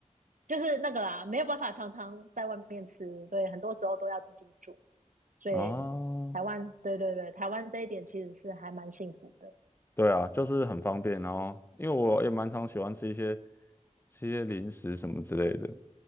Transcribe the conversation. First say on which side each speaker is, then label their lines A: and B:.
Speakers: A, on the right (about 85°); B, on the left (about 15°).
A: 就是那个啦，没有办法常常在外面吃，对，很多时候都要自己煮。所以台湾，
B: 啊。哦
A: 对对对，台湾这一点其实是还蛮幸福的。
B: 对啊，就是很方便，然后因为我也蛮常喜欢吃一些吃一些零食什么之类的，